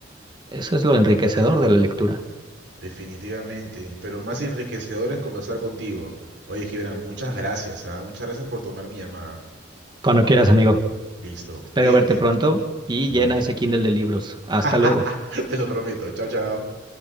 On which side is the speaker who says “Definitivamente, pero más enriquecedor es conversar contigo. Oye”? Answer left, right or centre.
Right